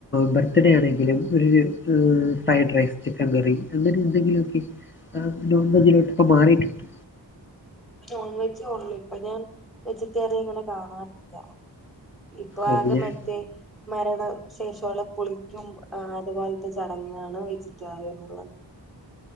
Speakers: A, on the left; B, in the centre.
A: ബർത്ത്ഡേ ആണെങ്കിലും ഒരു ഏഹ് ഫ്രൈഡ് റൈസ് ചിക്കൻ കറി അങ്ങനെ എന്തെങ്കിലൊക്കെ ഏഹ് നോൺ വെജ്ജിലോട്ട് ഇപ്പോ മാറിട്ടുണ്ട്
B: നോൺ വെജ്ജെ ഒള്ളൂ ഇപ്പൊ ഞാൻ വെജിറ്റേറിയൻ അങ്ങനെ കാണാറില്ല ഇപ്പൊ
A: ഓ
B: ആകെ
A: ഞാൻ
B: മറ്റേ മരണ ശേഷമുള്ള കുളിക്കും അതുപോലത്തെ ചടങ്ങാണ് വെജിറ്റേറിയൻ ഉള്ളത്